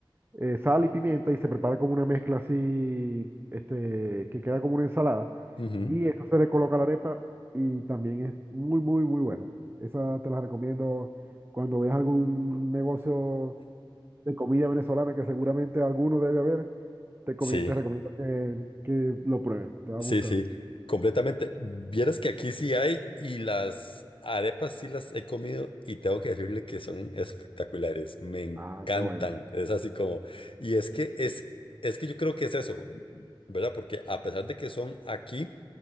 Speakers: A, on the right; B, on the left.
A: eh, sal y pimienta y se prepara como una mezcla así, este, que queda como una ensalada.
B: Ujú,
A: Y eso se le coloca a la arepa y también es muy, muy, muy bueno. Esa te la recomiendo cuando veas algún negocio de comida venezolana que seguramente alguno debe haber, te, comi-
B: Sí,
A: te recomiendo que, que lo pruebes, te va
B: Sí,
A: a gustar.
B: sí, completamente. Vieras que aquí sí hay y las arepas sí las he comido y tengo que decirle que son espectaculares. Me encantan.
A: Ah, qué bueno.
B: Es así como, y es que es, es que yo creo que es eso, ¿verdad? Porque a pesar de que son aquí,